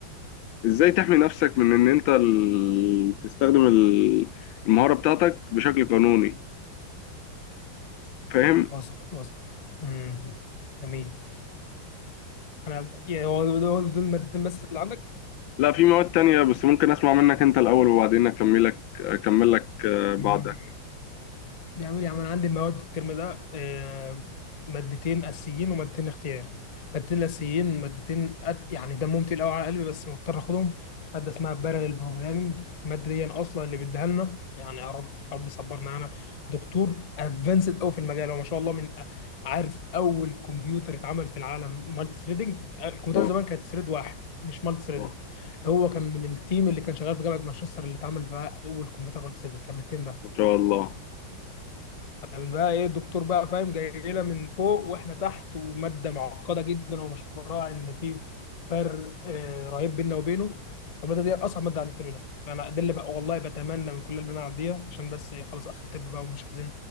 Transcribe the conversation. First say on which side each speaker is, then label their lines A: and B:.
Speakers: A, on the left; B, on the left.
A: إزاي تحمي نفسك من إن أنت ال- تستخدم ال- المهارة بتاعتك بشكل قانوني فاهم؟
B: وصل وصل امم جميل انا يا- هو دول دول المادتين بس اللي عندك
A: لا في مواد تانية بس ممكن أسمع منك أنت الأول وبعدين أكملك أكمل لك آه،
B: جميل.
A: بعدها
B: بيعمل يا عم انا عندي المواد الترم ده آه، مادتين اساسيين ومادتين اختياري مادتين الاساسيين مادتين أت... يعني دمهم تقيل قوي على قلبي بس مضطر اخدهم ماده اسمها باراليل بروجرامنج الماده دي اصلا اللي بيديها لنا يعني يا رب يا رب صبرنا انا دكتور ادفانسد قوي في المجال هو ما شاء الله من أ- عارف اول كمبيوتر اتعمل في العالم مالتي ثريدنج الكمبيوتر
A: آه
B: زمان كانت ثريد واحد مش مالتي ثريدنج
A: آه،
B: هو كان من التيم اللي كان شغال في جامعه مانشستر اللي اتعمل فيها اول كمبيوتر مالتي ثريدنج كان من التيم ده
A: إن شاء الله
B: كان بقى ايه الدكتور بقى فاهم جاي لنا من فوق واحنا تحت وماده معقده جدا ومش مراعي ان في فرق آه، رهيب بيننا وبينه الماده دي اصعب ماده عندي الترم ده فانا ده اللي بقى والله بتمنى من كل اللي انا اعديها عشان بس إيه خلاص اخر ترم بقى ومش عايزين